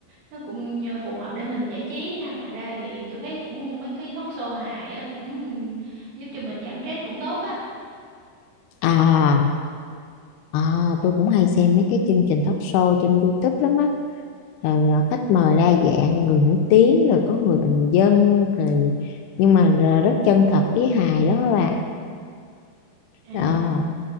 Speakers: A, on the right (about 80°); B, on the left (about 80°).
A: nó cũng phù hợp để mình giải trí ha ngoài ra thì tôi thấy cũng mấy cái talk show hài á cũng giúp cho mình giảm stress cũng tốt á
B: À, à, tôi cũng hay xem mấy cái chương trình talk show trên YouTube lắm á. Rồi à, khách mời đa dạng, người nổi tiếng, rồi có người bình dân, rồi nhưng mà r- rất chân thật với hài đó các bạn.
A: à
B: Ờ,